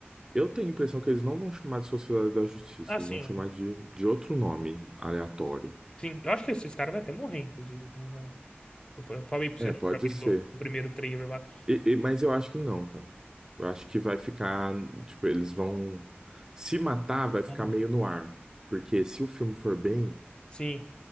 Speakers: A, on the right; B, on the left.
A: eu tenho a impressão que eles não vão chamar de Sociedade da Justiça,
B: Ah, sim.
A: eles vão chamar de, de outro nome aleatório.
B: Sim, eu acho que esses caras vão até morrer, inclusive. Não, não. Eu fa- eu falei pra
A: É,
B: você do,
A: pode ser.
B: do, do primeiro trailer lá.
A: E- e- mas eu acho que não, cara. Eu acho que vai ficar, tipo, eles vão se matar, vai ficar
B: Não- não-
A: meio no ar. Porque se o filme for bem
B: Sim,